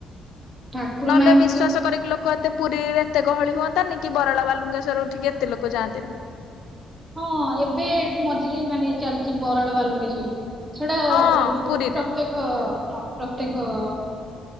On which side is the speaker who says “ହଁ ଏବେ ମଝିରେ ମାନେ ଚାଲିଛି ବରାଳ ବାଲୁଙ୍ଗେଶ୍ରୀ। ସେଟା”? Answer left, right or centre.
Right